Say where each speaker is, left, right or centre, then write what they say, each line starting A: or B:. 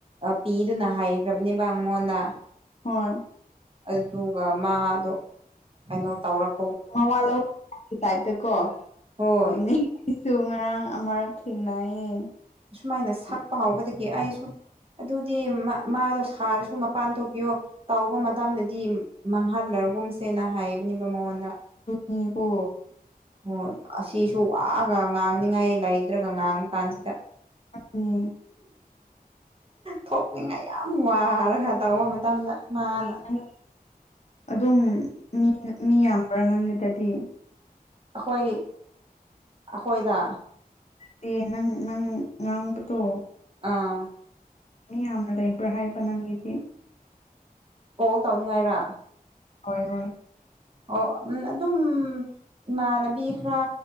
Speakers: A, on the right; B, on the left.
A: ꯄꯤꯗꯨꯅ ꯍꯥꯏꯈ꯭ꯔꯕꯅꯦꯕꯉꯣꯟꯗ
B: ꯍꯣꯏ
A: ꯑꯗꯨꯒ ꯃꯥꯗꯣ ꯀꯩꯅꯣ ꯇꯧꯔꯛ
B: ꯃꯃ ꯇꯥꯏꯞꯇ ꯀꯣ
A: ꯍꯣꯏ
B: ꯎꯅꯤ ꯏꯁꯨ ꯉꯔꯥꯡ ꯑꯃꯔꯛ ꯊꯦꯡꯅꯌꯦ
A: ꯑꯁꯨꯃꯥꯏꯅ ꯁꯛꯄ ꯍꯥꯎꯕꯗꯒꯤ ꯑꯩꯁꯨ ꯑꯗꯨꯗꯤ ꯃꯥꯗꯣ ꯁꯥꯔꯁꯨ ꯃꯄꯥꯟ ꯊꯣꯛꯄꯤꯌꯣ ꯇꯥꯎꯕ ꯃꯇꯝꯗꯗꯤ ꯃꯥꯡꯍꯜꯂ ꯒꯨꯝꯁꯦꯅ ꯍꯥꯏꯕꯅꯦꯕ ꯃꯉꯣꯟꯗ
B: ꯃꯤꯕꯨ
A: ꯍꯣꯏ ꯑꯁꯤꯁꯨ ꯋꯥꯑꯒ ꯉꯥꯡꯅꯤꯡꯉꯥꯏ ꯂꯩꯗ꯭ꯔꯒ ꯉꯥꯡꯕ ꯀꯥꯟꯁꯤꯗ
B: ꯆꯅꯤ
A: ꯊꯣꯛꯅꯤꯡꯉꯥꯏ ꯌꯥꯝ ꯋꯥꯔ ꯈ ꯇꯧꯕ ꯃꯇꯝꯗ ꯃꯥꯅ
B: ꯅꯪ ꯑꯗꯨꯝ ꯃꯤ ꯃꯤ ꯌꯥꯝꯕ꯭ꯔꯥ ꯅꯪꯒꯤꯗꯗꯤ
A: ꯑꯩꯈꯣꯏ ꯑꯩꯈꯣꯏꯗ
B: ꯗꯦ ꯅꯪ ꯅꯪ ꯉꯥꯡꯕꯗꯣ
A: ꯑꯥ
B: ꯌꯥꯝꯅꯗ ꯏꯕ꯭ꯔ ꯍꯥꯏꯥꯏꯕ ꯅꯒꯤꯗꯤ
A: ꯀꯣꯜ ꯇꯧꯅꯤꯡꯉꯥꯏꯔ
B: ꯍꯣꯏ ꯍꯣꯏ
A: ꯑꯣ ꯑꯗꯨꯝ ꯏꯃꯥꯟꯅꯕꯤ ꯈꯔ